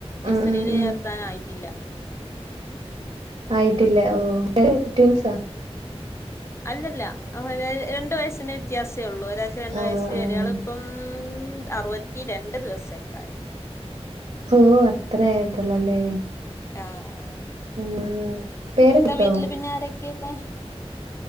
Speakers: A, on the left; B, on the right.
A: നൈസറിയിൽ
B: ആഹ് ആഹ് ആഹ്
A: ചേർത്താനായിട്ടില്ല
B: ആയിട്ടില്ല ഓ ൻ ട്ടിൻസ
A: അല്ലല്ല രണ്ടു വയസിന്റെ വ്യത്യാസേ ഉള്ളു ഒരാൾക്ക് രണ്ട
B: ആഹ്
A: വയസ്
B: ആഹ്
A: ഒരാള് ഇപ്പം അറുപത്തിരണ്ട് ദിവസക്കേയായി
B: ഓ് അത്ര ആയിട്ടൊള്ളല്ലേ
A: ആ ആ
B: ഉം പേരൊക്കിട്ടോ
A: എന്താ വീട്ടില് പിന്നെ ആരൊക്കെ ക്കല്ലേ